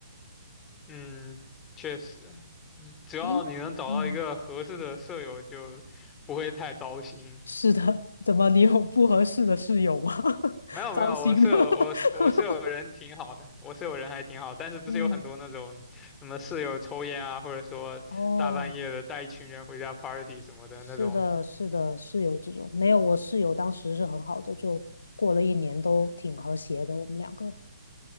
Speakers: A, on the left; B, on the left.
A: 嗯，确实，只只要你能找到一个合适的舍友，
B: 哎，那嗯，
A: 就不会太糟心。
B: 是的，怎么你有不合适的室友吗？<laughs>
A: 没有没有，
B: 糟心的。
A: 我舍友我舍我舍友人挺好的，
B: <laughs>
A: 我舍友人还挺好，但是不是有很多那种什么室友抽烟啊，
B: 嗯，
A: 或者说大半夜的带一群人回家
B: 哦，
A: party 什么的那种
B: 是的，是的，室友这种没有，我室友当时是很好的，就过了一年都挺和谐的，我们两个。